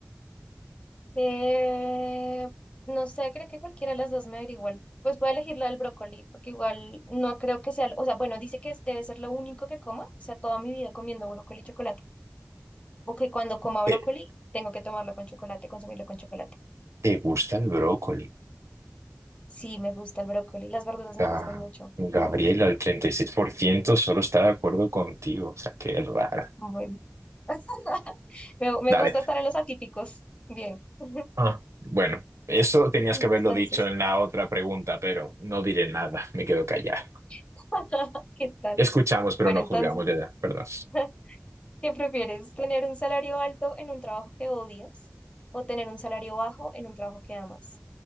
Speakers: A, on the left; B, on the right.
A: Eh, no sé, creo que cualquiera de las dos me daría igual. Pues voy a elegir la del brócoli, porque igual no creo que sea, o sea, bueno, dice que es- debe ser lo único que coma, o sea, toda mi vida comiendo brócoli y chocolate, o que cuando coma
B: ¿Te,
A: brócoli tengo que tomarlo con chocolate, consumirlo con chocolate.
B: te gusta el brócoli?
A: Sí, me gusta el brócoli, las verduras me
B: Ga-
A: gustan mucho.
B: Gabriela, el 36% solo está de acuerdo contigo. O sea, qué raro.
A: Bueno. <laughs> Me, me
B: Dale.
A: gusta estar en los atípicos. Bien. <laughs>
B: Ah, bueno, eso tenías
A: Entonces,
B: que haberlo dicho en la otra pregunta, pero no diré nada. Me quedo callado.
A: <laughs> ¿qué tal?
B: Escuchamos, pero
A: Bueno,
B: no
A: entonces,
B: juzgamos. Ya, ya, perdón.
A: <laughs> ¿qué prefieres? ¿Tener un salario alto en un trabajo que odias o tener un salario bajo en un trabajo que amas?